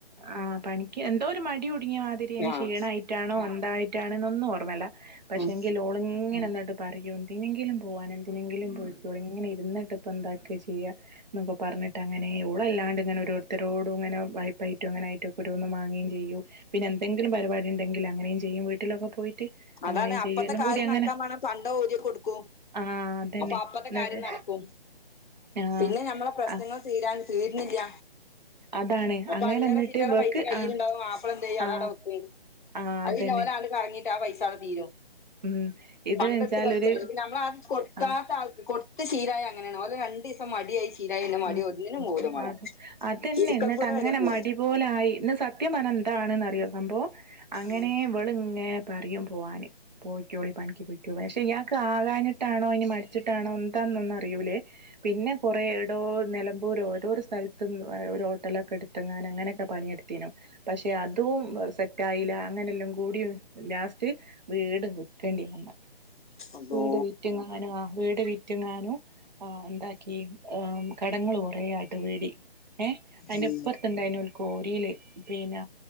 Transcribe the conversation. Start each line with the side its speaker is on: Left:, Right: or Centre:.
Right: ആ പണി ക്കെന്തോ ഒരു മടിടുങ്ങിയ മാതിരി അയ്നി
Left: ആഹ്
Right: ക്ഷീണായിട്ടാണോ എന്തായിട്ടാണോ എന്നൊന്നും ഓർമ്മല്ല പക്ഷെങ്കിലോളിങ്ങനെ
Left: ഉം
Right: പറയൂ എന്തിനെങ്കിലും പോവാന് എന്തിനെങ്കിലും പോയ്ക്കോളീ ഇങ്ങനെ ഇരുന്നിട്ട് ഇപ്പന്താക്കാ ചെയ്യ എന്നൊക്കെ പറഞ്ഞിട്ട് അങ്ങനെ ഓളല്ലാണ്ട് ഇങ്ങനെ ഓരോരുത്തരോടും ഇങ്ങനെ വായ്പായ്റ്റും അങ്ങ നായ്റ്റൊക്കെ ഓരോന്ന് മാങ്ങേം ചെയ്യും. പിന്നെന്തെങ്കിലും പരിപാടി ഉണ്ടെങ്കിൽ അങ്ങനെയും ചെയ്യും. വീട്ടിലൊക്കെ പോയിട്ട്
Left: അതാണ്
Right: അങ്ങനെയും
Left: അപ്പത്തെ
Right: ചെയ്യും എല്ലാം
Left: കാര്യം
Right: കൂടി അങ്ങനെ
Left: നടക്കാൻ മാണെ പണ്ടം ഊരി കൊടുക്കും.
Right: ആഹ് അതന്നെ
Left: അപ്പൊ അപ്പത്തെ
Right: എന്നിട്ട്
Left: കാര്യം നടക്കും.
Right: ആഹ്
Left: പിന്നെ ഞമ്മളെ പ്രശ്നങ്ങൾ
Right: ആഹ്
Left: തീരാൻ തീര്നില്ല.
Right: അതാണ്
Left: അപ്പൊ
Right: അങ്ങനെ
Left: അല്ലറ
Right: എന്നിട്ട്
Left: ചില്ലറെപൈസ
Right: ഇവക്ക്
Left: കയ്യിലുണ്ടാവും.
Right: ആ
Left: മാപ്പള എന്ത് ചെയ്യും
Right: ആ
Left: അതവിടെ വക്കും
Right: ആ
Left: അത്
Right: അതന്നെ
Left: പിന്നെ ഓലാണ്ട് കറങ്ങിട്ട് ആ പൈസ അവിടെ തീരും
Right: ഉം ഇത്
Left: പണ്ടട്ത്ത്
Right: വെച്ചാലൊരു
Left: കളിച്ചല്ലേ നമ്മളാദ്യം കൊടുക്കാത്ത
Right: ആ
Left: ആൾക്ക് കൊടുത്ത് ശീലായ അങ്ങനെയാണ് ഓന് രണ്ടീസം മടിയായി ശീലായി പിന്നെ മടി
Right: ഉം
Left: ഒന്നിനും പോവൂല മോളെ
Right: അതെ. അതന്നെ
Left: ഇരിക്കക്കൂര
Right: എന്നിട്ട് അങ്ങനെ
Left: വരെ പോവും
Right: മടി പോലെ ആയി ഇന്ന് സത്യം പറഞ്ഞാ എന്താണ് ന്ന് അറിയോ സംഭവം അങ്ങനെ
Left: ഉം
Right: ഇവളിങ്ങ പറിയും പോവാന് പോയിക്കോളി പണിക്ക് പൊയ്ക്കൊ. പക്ഷെ ഇയാൾക്ക് ആകാഞ്ഞിട്ടാണോ ഇനി മടിച്ചിട്ടാണോ എന്താ ന്നൊന്നും അറിയൂല്ലേ. പിന്നെ കൊറേ രോ നിലമ്പൂരോ ഏതൊ രു സ്ഥല്ത്തും ഒരുഹോട്ടലൊക്കെ ഇടുത്ത് ങ്ങാന് അങ്ങനെയൊക്കെ പണിയെടുത്തിനും പക്ഷെ അതും സെറ്റായീല്ല അങ്ങനെല്ലാം കൂടി ലാസ്റ്റ് വീട് വിക്കണ്ടി വന്ന്.
Left: അള്ളോ
Right: വീട് വിറ്റുങ്ങാനും ആ വീട് വിറ്റ്ങ്ങാനും ആ എന്താക്കി ഏമ് കടങ്ങൾ കൊറേ ആയിട്ട് വീടി. ഏ അയിന്റെ
Left: ഉം
Right: ഇപ്പർത്തുണ്ടായ്ന്യോൽക്കോ ട്ടില്, പിന്നെ